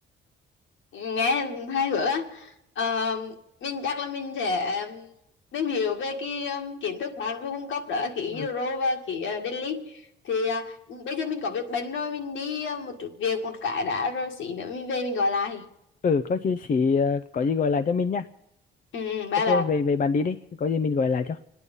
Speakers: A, on the left (about 75°); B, on the left (about 40°).
A: nghe hai hứa á. Ờ, mình chắc là mình sẽ um, tìm hiểu về cái um, kiến thức bạn vừa cung cấp đó là khí
B: ừ,
A: Euro và khí uh, Delhi thì uh, bây giờ mình có việc bận rồi mình đi uh, một chút việc một cái đã rồi xí nữa mình về mình gọi lại
B: ừ có gì chỉ ờ, có gì gọi lại cho mình nha
A: ừ ừ, bye
B: ok
A: bye
B: về về bạn đi đi có gì mình gọi lại cho